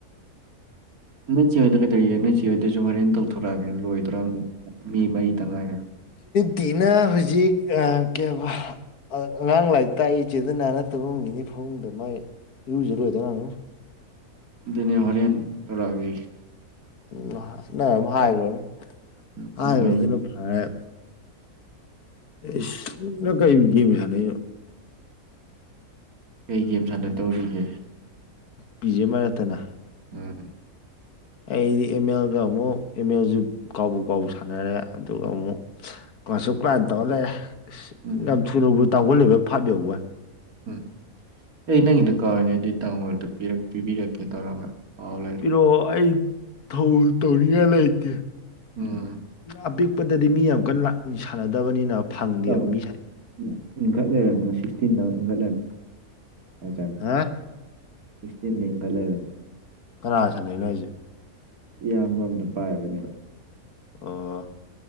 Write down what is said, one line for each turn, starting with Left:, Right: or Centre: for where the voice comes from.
Right: ꯎꯝ ꯅ‌ꯣꯏꯆ‌ꯦ ꯑꯣꯏꯗ ꯀꯩ ꯇꯔꯤ ꯅꯆ ꯑꯣꯏꯁꯨ ꯋꯥꯔꯤꯔ ꯇꯧ ꯊꯣꯔꯛꯑꯒꯦ ꯂꯣꯏꯗꯣꯔꯕꯅꯤ ꯃꯤ ꯃꯔꯤ ꯇꯪꯉꯥꯏꯒꯦ
Left: ꯇꯅ ꯍꯧꯖꯤꯛ ꯀꯦꯕ ꯑꯉꯥꯡ ꯂꯥꯏꯔꯤꯛ ꯇꯥꯛꯏ ꯏꯆꯦꯗꯅꯥ ꯅꯠꯇꯕ ꯉꯝꯒꯤꯅꯤ ꯐꯃꯨꯡꯗ ꯃꯥꯏ ꯏꯔꯨꯖꯔꯣꯏꯗꯕ ꯉꯅꯨ
Right: ꯑꯗꯨꯅꯦ ꯍꯣꯔꯦꯟ ꯇꯧꯔꯛꯑꯒꯤ
Left: ꯎꯝ ꯅꯪ ꯑꯗꯨꯝ ꯍꯥꯏꯈ꯭ꯔꯣꯅꯦ
Right: ꯄꯨꯡ
Left: ꯍꯥꯏꯈ꯭ꯔꯣ
Right: ꯃꯔꯤ
Left: ꯑꯗꯨꯅ ꯐꯔ‌ꯦ ꯑꯩꯁ ꯅꯪ ꯀꯩ ꯒꯦꯝ ꯍꯥꯏꯅ
Right: ꯀꯩ ꯒꯦꯝ ꯁꯥꯟꯅ ꯇꯧꯔꯤꯒꯦ
Left: ꯄꯤꯖꯃ ꯅꯠꯇꯅ
Right: ꯎꯝ
Left: ꯑꯩꯗꯤ ꯑꯦꯝ ꯑꯦꯜꯒ ꯑꯃꯨꯛ ꯑꯦꯝ ꯑꯦꯜꯁꯨ ꯀꯥꯎꯕ ꯀꯥꯎ ꯁꯥꯟꯅꯔꯦ ꯑꯗꯨꯒ ꯑꯃꯨꯛ ꯀ ꯁ ꯀꯥꯏꯅ ꯇꯧꯔ ꯂꯩꯑ‌ꯦ
Right: ꯎꯝ
Left: ꯌꯥꯝ ꯊꯨꯅꯕꯨ ꯇꯥꯡꯈꯨꯜ ꯂꯩꯕ ꯐꯥꯕ ꯌꯎꯧꯕ
Right: ꯎꯝ ꯑꯩ ꯅꯪꯒꯤꯗ ꯀꯥꯎꯔꯤꯅꯦꯗꯤ ꯇꯥꯡꯒꯣꯜꯗ ꯄꯤꯕꯤꯔꯛꯀꯦ ꯇꯧꯔꯒ ꯀꯥꯎ ꯂꯩꯔꯦ
Left: ꯄꯤꯔꯣꯑꯣ ꯑꯩ ꯊꯧ ꯇꯧꯅꯤꯡꯉꯥꯏ ꯂꯩꯇꯦ
Right: ꯎꯝ
Left: ꯑꯄꯤꯛꯄꯗꯗꯤ
Right: ꯄꯤꯔꯛ
Left: ꯃꯤ ꯌꯥꯝ ꯀꯟꯅ ꯁꯥꯟꯅꯗ ꯐꯠꯇꯕꯅꯤꯅ ꯐꯪꯗꯦꯕ
Right: ꯇꯥꯃꯣ
Left: ꯃꯤꯁꯥꯏꯦ
Right: ꯎꯝ ꯏꯟꯈꯠ ꯂꯩꯅꯤꯅ ꯁꯤꯛꯁꯇꯤꯟꯗ ꯏꯟꯈꯠꯂꯒꯖ
Left: ꯍꯥ
Right: ꯁꯤꯛꯁꯇꯤꯟ ꯌꯦꯡ ꯀꯂꯒꯅꯤ
Left: ꯀꯅꯥꯒ ꯁꯥꯟꯅꯩꯩꯅꯣ ꯍꯥꯏꯁꯦ
Right: ꯏꯌꯥꯝꯕ ꯑꯃꯅ ꯄꯥꯏꯕꯅꯦꯕ
Left: ꯑꯣ